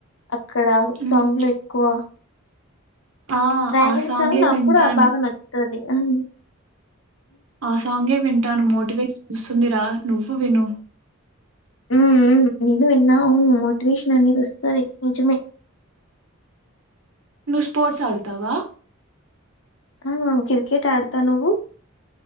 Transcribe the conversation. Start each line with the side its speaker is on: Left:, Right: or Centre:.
Left: అక్కడ
Right: ఉమ్,
Left: సాంగ్ లో ఎక్కువ
Right: ఆ
Left: డ్రాగన్
Right: ఆ సాంగే
Left: సాంగ్ నాకు
Right: వింటాను
Left: కూడా బాగా నచ్చుతాది <unintelligible>
Right: ఆ సాంగే వింటాను మోటివే వస్తుందిరా నువ్వు విను
Left: ఉ ఉ నేను విన్నా అవును మోటివేషన్ అనేది వస్తుంది నిజమే
Right: నువు స్పోర్ట్స్ ఆడుతావా
Left: ఆ క్రికెట్ ఆడతా నువ్వు